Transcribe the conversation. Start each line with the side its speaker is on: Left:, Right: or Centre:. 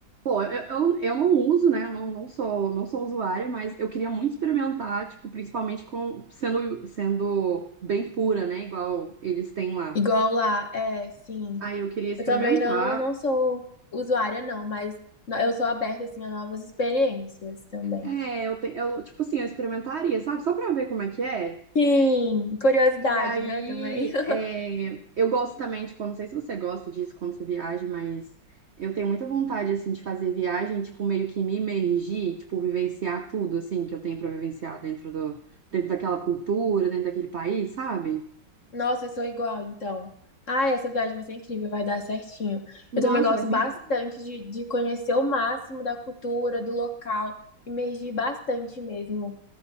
Right: eu, eu, eu não uso, né? Eu não, não sou, não sou usuária, mas eu queria muito experimentar, tipo, principalmente com, sendo, sendo bem pura, né? Igual eles têm lá.
Left: Igual lá, é, sim.
Right: Aí eu queria experimentar.
Left: Eu também não, não sou usuária, não, mas no- eu sou aberta, assim, a novas experiências também.
Right: É, eu, te, eu, tipo assim, eu experimentaria, sabe? Só pra ver como é que é.
Left: Sim, curiosidade,
Right: E aí,
Left: né, também. <laughs>
Right: é, eu gosto também, tipo, eu não sei se você gosta disso quando você viaja, mas eu tenho muita vontade, assim, de fazer viagem, tipo, meio que me imergir, tipo, vivenciar tudo, assim, que eu tenho pra vivenciar dentro do, dentro daquela cultura, dentro daquele país, sabe?
Left: Nossa, eu sou igual, então. Ai, essa viagem vai ser incrível, vai dar certinho.
Right: Nossa,
Left: Eu também gosto
Right: vai ser
Left: bastante
Right: incrível.
Left: de, de conhecer o máximo da cultura, do local, imergir bastante mesmo,